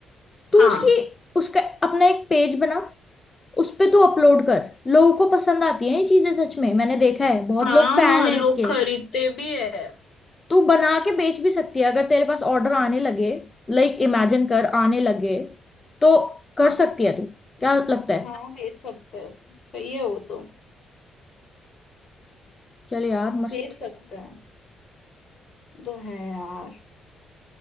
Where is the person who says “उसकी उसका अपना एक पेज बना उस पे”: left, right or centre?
Left